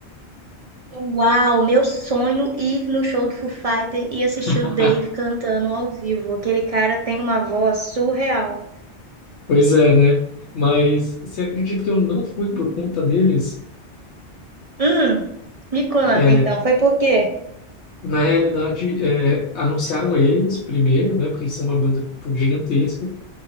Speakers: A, on the right; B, on the left.
A: Uau, meu sonho ir no show do Foo Fighter e assistir
B: <laughs>
A: o Dave cantando ao vivo. Aquele cara tem uma voz surreal.
B: Pois é, né? Mas você acredita que eu não fui por conta deles?
A: Hum, me conta
B: É,
A: então, foi por quê?
B: na realidade, é, anunciaram eles primeiro, né? Porque eles são uma banda pô, gigantesca.